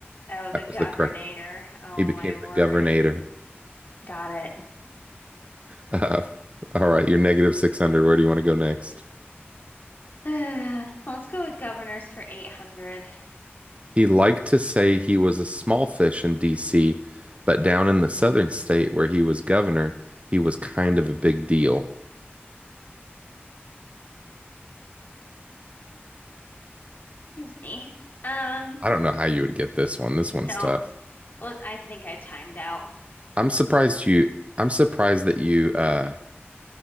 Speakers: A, on the left; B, on the right.
A: Oh, the
B: That
A: governor.
B: was the correct.
A: Oh
B: He became
A: my word.
B: the Governator. <laughs>
A: Got it.
B: Uh, all right, you're negative 600. Where do you want to go next?
A: <sighs> Let's go with governors for 800.
B: He liked to say he was a small fish in DC, but down in the southern state where he was governor, he was kind of a big deal.
A: Excuse me. Um,
B: I don't know how you would get this one. This one's
A: no.
B: tough.
A: Well, I think I timed out.
B: I'm surprised you I'm surprised that you uh